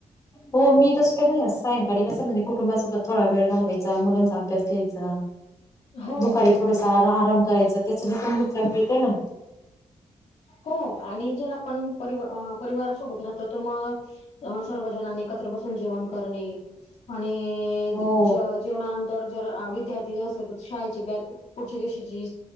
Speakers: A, on the left; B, on the left.
A: हो, मी तस काय मनजे सायंकाळी कसं म्हणजे कुटुंबासोबत थोडा वेळ घालवायचा, मुलांचा अभ्यास घ्यायचा,
B: हो
A: दुपारी थोडासा आराम करायचा, त्याचाने पण मुद्दा मिळतो ना.
B: हो, आणि जर आपण परि परिवार सोबत राहतो तर मग अं सर्व जणानी एकत्र बसून जेवण करणे, आणि अ
A: हो
B: जेव जेवणानंतर जर विद्यार्थी जे असल तर शाळेचे बॅग पुढच्या दिवशीची